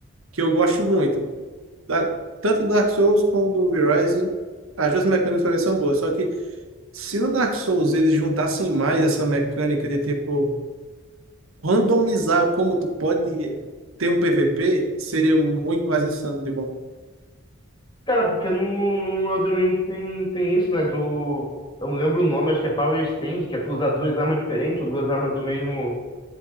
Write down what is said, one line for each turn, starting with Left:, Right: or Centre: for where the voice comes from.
Right: que eu gosto muito. Da, tanto do Dark Souls como do V-Rising, as duas mecânicas também são boas, só que se no Dark Souls eles juntassem mais essa mecânica de tipo randomizar como tu pode ter um PVP seria muito mais insano de bom.
Left: Cara, porque no, no Elden Ring tem, tem isso, né? Do. Eu não lembro o nome, acho que é Power Stand, que é tu usar duas armas diferentes, ou duas armas do mesmo.